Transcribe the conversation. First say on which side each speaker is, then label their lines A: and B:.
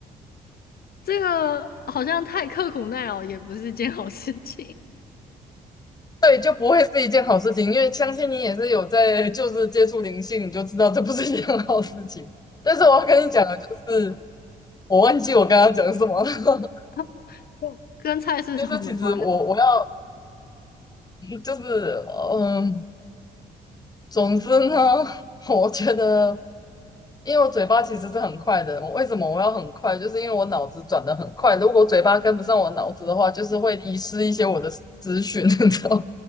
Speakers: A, on the left (about 50°); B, on the left (about 20°).
A: 这个好像太刻苦耐劳也不是件好事情，
B: 对，就不会是一件好事情，因为相信你也是有在就是接触灵性，你就知道这不是一件好事情。但是我要跟你讲的就是，我忘记我刚刚讲什么了，<laughs>
A: <laughs> 跟菜市场有关的。
B: 就是其实我我要就是嗯，总之呢，<laughs> 我觉得因为我嘴巴其实是很快的，我为什么我要很快？就是因为我脑子转得很快，如果嘴巴跟不上我脑子的话，就是会遗失一些我的资讯，<laughs> 你知道吗，